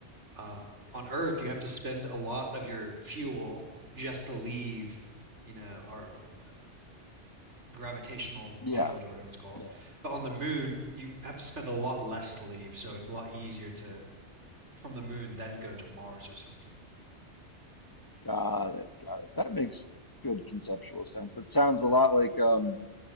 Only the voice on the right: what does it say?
Um, on Earth, you have to spend a lot of your fuel just to leave, you know, our uh, gravitational
field or whatever it's called.
But on the moon, you have to spend a lot less to leave, so it's a lot easier to from the moon then go to Mars or something.